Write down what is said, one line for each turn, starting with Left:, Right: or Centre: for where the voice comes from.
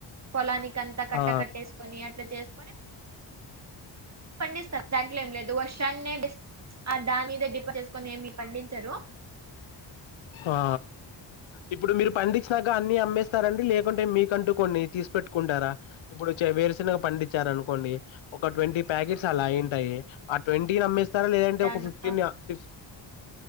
Right: పొలానికి అంతా కట్టకట్టేసుకొని
Left: ఆ
Right: ఇట్లా చేసుకని పండిస్తర్ దాంట్లో ఏం లేద్ వర్షాన్నే బెస్ట్ ఆ దానిమీద డిపెండ్ చేసుకొని ఏమి పండించారు
Left: ఆ ఇప్పుడు మీరు పండించినాక అన్ని అమ్మేస్తారండి లేకుంటే మీకంటూ కొన్ని తీసి పెట్టుకుంటారా ఇప్పుడు వేరుశెనగ పండించారు అనుకోండి ఒక ట్వంటీ ప్యాకెట్స్ అలా అయింటాయి ఆ ట్వంటీని అమ్మేస్ తార లేదంటే
Right: దాంట్లో
Left: ఒక ఫిఫ్టీన్ ఫిఫ్